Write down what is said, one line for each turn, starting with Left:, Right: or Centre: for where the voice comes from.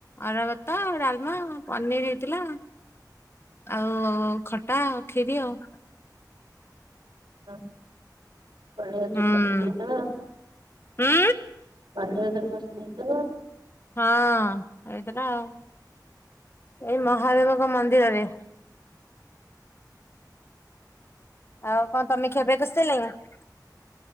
Left: ଅରୁଆ ଭାତ, ଡାଲମା, ପନିର ହେଇଥିଲା। ଆଉ ଖଟା, ଖିରି ଆଉ।
Right: ହଁ ପଣିେଇ୍ର
Left: ହୁଁ
Right: ପାସତ <unintelligible>
Left: ଉଁ
Right: ପଢାଗର ପସନ ନେଇ ତ <unintelligible>
Left: ହଁ, ହେଇଥିଲା ଆଉ, ଏଇ ମହାଦେବଙ୍କ ମନ୍ଦିରରେ। ଆଉ କଣ ତମେ ଖିଆ ପିଆ କରି ସାରିଲଣି ନା?